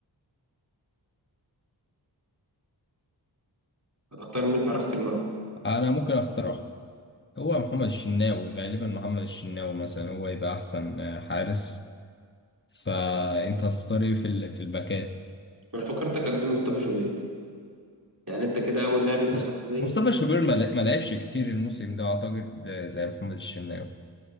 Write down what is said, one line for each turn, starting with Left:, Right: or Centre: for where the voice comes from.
Right: هتختار مين في حراسة المرمى؟
Left: انا ممكن اقترح هو محمد الشناوي غالبا محمد الشناوي مثلا هو يبقى احسن حارس فانت هتختار ايه في ال- في الباكات
Right: أنا فكرتك هتقول مصطفى شوبير يعني أنت كده أول لاعب أنت
Left: مص-
Right: خدته زيي
Left: مصطفى شوبير ما ل- ما لعبش كتير الموسم ده اعتقد زي محمد الشناوي